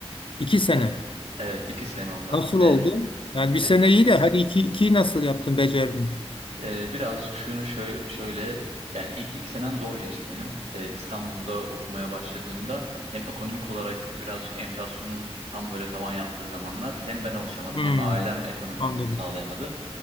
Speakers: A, on the left; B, on the right.
A: İki sene.
B: E, evet iki sene uzattım
A: Nasıl
B: yani.
A: oldu? Yani bir sene
B: e,
A: iyi de hadi iki, ikiyi nasıl yaptın, becerdin?
B: Ee, birazcık şunu şöyle, şöyle yani ilk iki senem zor geçti benim. Ee, İstanbul'da okumaya başladığımda hem ekonomik olarak birazcık enflasyonun tam böyle tavan yaptığı zamanlar hem ben alışamadım
A: Hmm.
B: hem ailem ekonomiye
A: Anladım.
B: uyum sağlayamadı.